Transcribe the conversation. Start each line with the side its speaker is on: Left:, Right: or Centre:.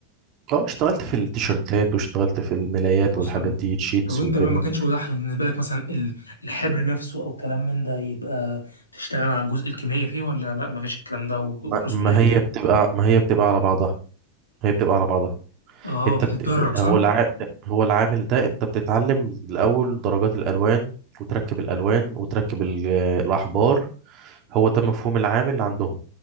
Right: اه اشتغلت في التيشيرتات واشتغلت في الملايات
Left: وصل
Right: والحاجات دي تشيتس
Left: طب وانت
Right: وكده
Left: بقى ما كانش متاح بالنسبه لك مثلا ال- الحبر نفسه او كلام من ده يبقى تشتغل على الجزء الكيميائي فيه ولا لا ما فيش الكلام ده وفرص
Right: ما... ما
Left: قليله
Right: هي بتبقى ما هي بتبقى على بعضها هي بتبقى على بعضها
Left: اه
Right: انت
Left: بتتدرج
Right: بت... هو
Left: صح؟
Right: الع... هو العامل ده انت بتتعلم الاول درجات الالوان وتركب الالوان وتركب ال- الاحبار هو ده مفهوم العامل عندهم